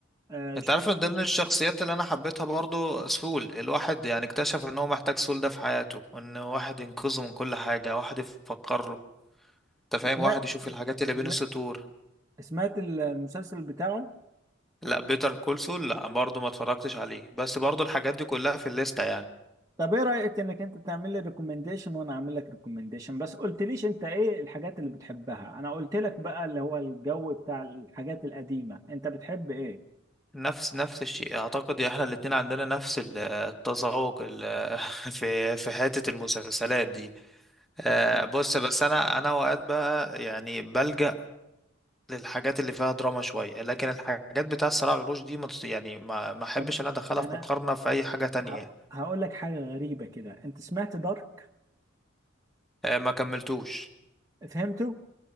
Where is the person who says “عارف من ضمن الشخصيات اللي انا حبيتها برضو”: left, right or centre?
Centre